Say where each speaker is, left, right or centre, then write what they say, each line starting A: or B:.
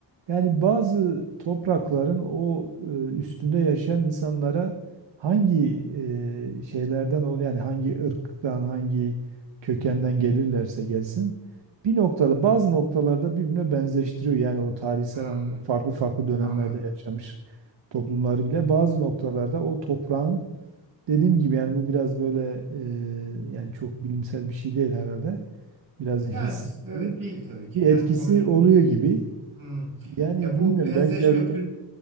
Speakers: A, on the right (about 65°); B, on the right (about 45°).
A: Yani bazı toprakların o e, üstünde yaşayan insanlara hangi e, şeylerden ol yani hangi ırktan hangi kökenden gelirlerse gelsin bir noktada bazı noktalarda birbirine benzeştiriyor. Yani o tarihsel
B: Hı,
A: anlamda farklı farklı dönemlerde
B: Anladım.
A: yaşamış toplumları bile bazı noktalarda o toprağın dediğim gibi yani bu biraz böyle e, yani çok bilimsel bir şey değil herhalde. Biraz
B: Yani
A: hissi
B: s- evet değil tabii ki.
A: bir etkisi
B: Yani konuştuğumuz.
A: oluyor gibi.
B: Hı.
A: Yani
B: Ya bu
A: bilmiyorum
B: benzeşme
A: belki de
B: kült